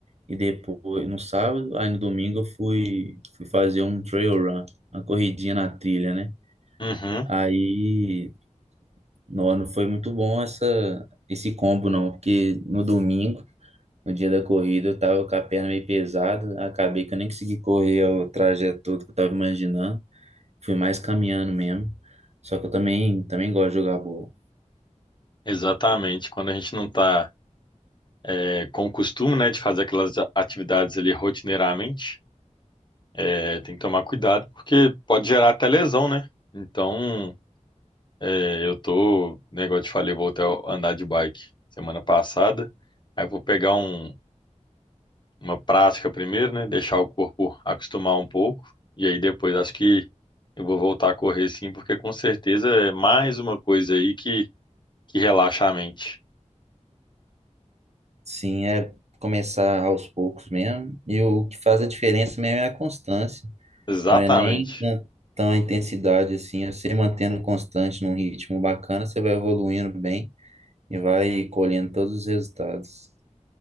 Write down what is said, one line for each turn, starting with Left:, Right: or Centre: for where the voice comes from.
Right: e depois, no sábado, aí no domingo eu fui, fui fazer um trail run, uma corridinha na trilha, né?
Left: Uhum,
Right: Aí, não, não foi muito bom essa, esse combo não, porque no domingo No dia da corrida eu tava com a perna meio pesada, acabei que eu nem consegui correr o trajeto todo que eu tava imaginando. Fui mais caminhando mesmo. Só que eu também, também gosto de jogar bola.
Left: exatamente. Quando a gente não tá, é, com o costume, né, de fazer aquelas atividades ali rotineiramente, É, tem que tomar cuidado, porque pode gerar até lesão, né? Então, é, eu tô, negócio te falei, vou até andar de bike semana passada. Aí eu vou pegar um, uma prática primeiro, né? Deixar o corpo acostumar um pouco. E aí depois acho que eu vou voltar a correr sim, porque com certeza é mais uma coisa aí que, que relaxa a mente.
Right: Sim, é começar aos poucos mesmo. E o que faz a diferença mesmo é a constância.
Left: Exatamente,
Right: Não é nem tan- tão a intensidade assim. é Você mantendo constante num ritmo bacana, você vai evoluindo bem e vai colhendo todos os resultados.